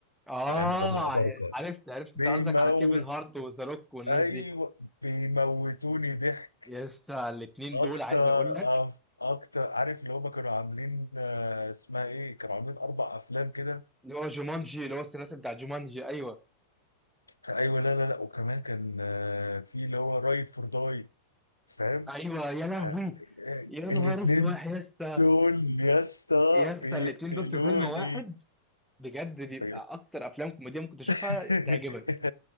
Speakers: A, in the centre; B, on the left.
A: اه
B: فاهم اللي هم الافارقه
A: عن- عرفت عرفت
B: بيموت
A: انت قصدك على كيفن هارت وذا روك والناس
B: ايوه
A: دي
B: بيموتوني ضحك
A: لسه الاثنين
B: اكتر
A: دول عايز اقول لك
B: أف... اكتر عارف اللي هم كانوا عاملين آه، اسمها ايه كانوا عاملين اربع افلام كده
A: اللي هو جومانجي اللي هو الثلاثي بتاع جومانجي ايوه
B: ايوه لا لا لا وكمان كان آه، في اللي هو رايد فور داي فاهم
A: ايوه يا لهوي
B: آه، آه، آه،
A: يا نهار
B: الاتنين
A: اسود يسا
B: دول يا اسطى
A: يسا
B: بيقتلوني
A: الاثنين دول في فيلم واحد بجد بيبقى
B: طيب.
A: اكتر افلام كوميديه ممكن تشوفها
B: <laughs>
A: تعجبك